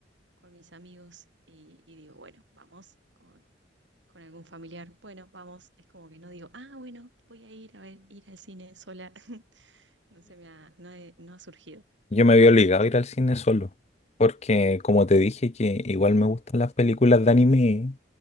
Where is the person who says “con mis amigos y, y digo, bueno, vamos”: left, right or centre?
Right